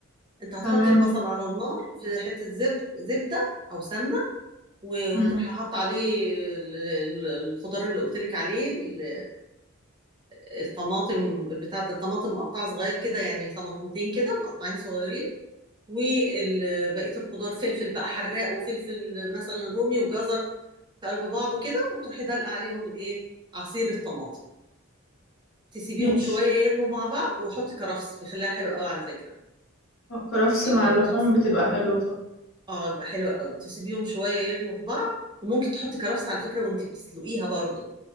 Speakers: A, on the right; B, on the left.
A: انت هتحطي
B: تمام
A: البصل على النار في حتة زبد زبدة أو سمنة و-
B: مم.
A: وتروحي حاطة عليه ال- ال- الخضار اللي قلت لك عليه ال- الطماطم بتاع ده الطماطم مقطعة صغير كده يعني طماطمتين كده مقطعين صغيرين وبقية الخضار فلفل بقى حراق وفلفل مثلا رومي وجزر في قلب بعضه كده وتروحي دلقة عليهم الايه عصير الطماطم تسيبيهم
B: ماشي
A: شوية يغلوا مع بعض وحطي كرفس بيخليها حلو قوي على فكرة
B: الكرفس
A: اه
B: مع اللحوم
A: تتس-
B: بتبقى حلوة طب
A: آه، يبقى حلو قوي تسيبيهم شوية يغلوا في بعض وممكن تحطي كرفس على فكرة وانت بتسلقيها برضو